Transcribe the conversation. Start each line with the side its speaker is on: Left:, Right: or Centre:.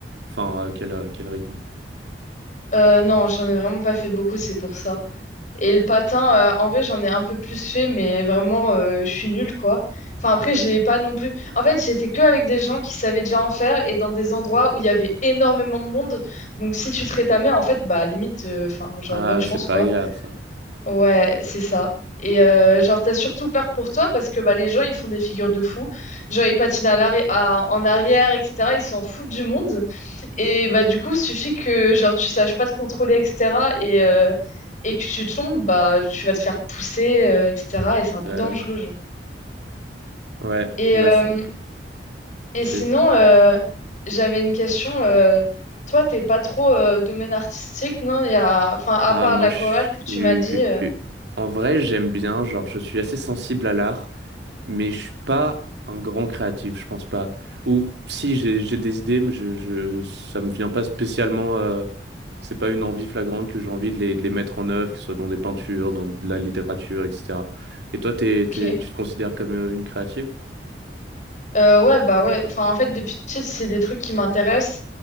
Right: Enfin, euh, quel euh, quel rythme?
Left: euh, non, j'en ai vraiment pas fait beaucoup, c'est pour ça. Et le patin, euh, en vrai, j'en ai un peu plus fait, mais vraiment, euh, je suis nulle, quoi. Enfin, après,
Right: Ouais.
Left: j'ai pas non plus. En fait, j'étais que avec des gens qui savaient déjà en faire et dans des endroits où il y avait énormément de monde. Donc, si tu te rétamais, en fait, bah, limite, euh, enfin, genre,
Right: Ah,
Left: bonne chance,
Right: c'est pas
Left: quoi.
Right: agréable ça.
Left: Ouais, c'est ça. Et euh, genre, t'as surtout peur pour toi parce que bah, les gens, ils font des figures de fous. Genre, ils patinent à l'arri- à- en arrière, etc. Ils s'en foutent du monde. Et bah, du coup, suffit que genre, tu saches pas te contrôler, etc. Et, euh, et que tu tombes, bah, tu vas te faire pousser, euh, etc. Et c'est un
Right: Ouais.
Left: peu dangereux, genre.
Right: Ouais,
Left: Et,
Right: ouais,
Left: euh,
Right: c'est-
Left: et
Right: c'est-
Left: sinon, euh, j'avais une question. euh, toi, t'es pas trop euh, domaine artistique, non? Il y a... Enfin, à
Right: Ah,
Left: part
Right: moi
Left: l'aquarelle
Right: je suis
Left: que tu m'as dit. euh,
Right: en vrai, j'aime bien, genre je suis assez sensible à l'art. mais je suis pas un grand créatif, je pense pas. Ou si j'ai j'ai des idées, mais je, je ça me vient pas spécialement. euh, c'est pas une envie flagrante que j'ai envie de les, de les mettre en œuvre, que ce soit dans des peintures, dans de la littérature, etc. Et toi, t'es,
Left: Ok.
Right: t'es- tu te considères comme euh, une créative?
Left: Euh, ouais, bah ouais. Enfin, en fait, depuis petite, c'est des trucs qui m'intéressent.